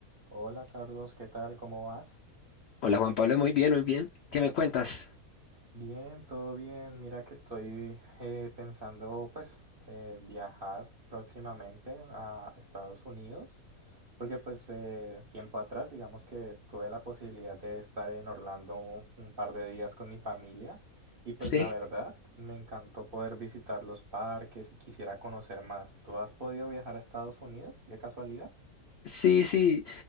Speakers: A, on the right; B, on the left.
A: Hola Carlos, ¿qué tal? ¿Cómo vas?
B: Hola Juan Pablo, muy bien, muy bien. ¿Qué me cuentas?
A: Bien, todo bien. Mira que estoy eh, pensando pues eh, viajar próximamente a Estados Unidos, porque pues eh, tiempo atrás digamos que tuve la posibilidad de estar en Orlando un, un par de días con mi familia y pues
B: Sí,
A: la verdad me encantó poder visitar los parques y quisiera conocer más. ¿Tú has podido viajar a Estados Unidos de casualidad?
B: sí, sí.